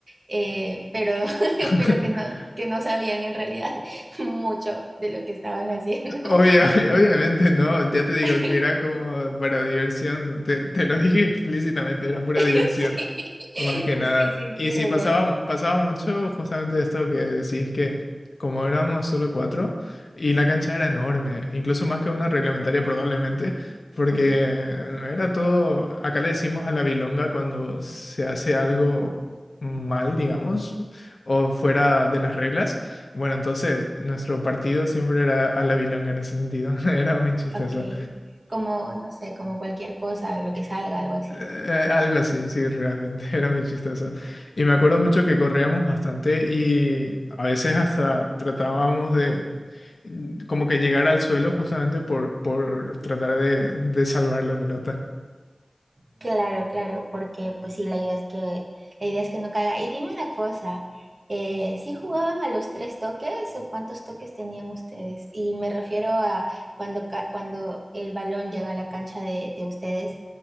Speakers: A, on the right; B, on the left.
A: eh, pero, <laughs>
B: <laughs>
A: pero que no, que no sabían en realidad <laughs> mucho de lo que estaban haciendo.
B: Obvia- obvia- obviamente no, ya te digo
A: <laughs>
B: que era como para diversión, te, te lo dije <laughs> explícitamente, era pura
A: <laughs>
B: diversión.
A: Sí,
B: Más que
A: Pues
B: nada.
A: sí, sí,
B: Y
A: sí,
B: sí,
A: lo
B: pasaba,
A: sé.
B: pasaba mucho justamente esto que decís que como éramos solo cuatro y la cancha era enorme, incluso más que una reglamentaria probablemente, porque
A: Ujú,
B: era todo, acá le decimos a la bilonga cuando se hace algo mal, digamos, o fuera de las reglas. Bueno, entonces nuestro partido siempre era a la bilonga en ese sentido, <laughs> era muy chistoso.
A: Ok, como, no sé, como cualquier cosa, lo que salga, algo así.
B: Eh, algo así, sí, realmente <laughs> era muy chistoso. Y me acuerdo mucho que corríamos bastante y a veces hasta tratábamos de mm, como que llegar al suelo justamente por, por tratar de, de salvar la pelota.
A: Claro, claro, porque pues sí, la idea es que, la idea es que no caiga. Y dime una cosa, eh, ¿sí jugaban a los tres toques o cuántos toques tenían ustedes? Y me refiero a cuando, ca- cuando el balón llega a la cancha de, de ustedes,